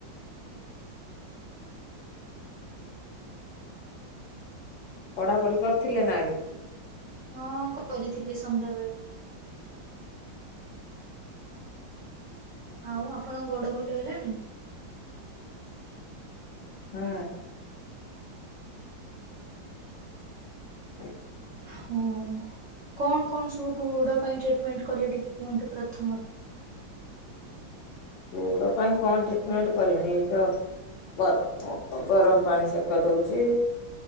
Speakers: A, on the left; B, on the right.
A: ପଢ଼ାପଢ଼ି କରିଥିଲେ ନା ଆଗେ।
B: ହଁ କରିଥିଲି ସନ୍ଧ୍ୟାବେେଳେ। ଆଉ ଆପଣଙ୍କ ଗୋଡ ଭଲ ହେଲାଣି?
A: ହଁ। <inaudible>
B: ହଁ କଣ କଣ ସବୁ ଗୋଡ ପାଇଁ ଟ୍ରିଟମେଣ୍ଟ କଲେ ଟିକେ କୁହନ୍ତୁ ପ୍ରଥମରୁ?
A: ଗୋଡ ପାଇଁ କଣ ଟ୍ରିଟମେଣ୍ଟ କରିମି ଏଇତ <unintelligible> ଗରମ ପାଣି ସେକ ଦଉଛି।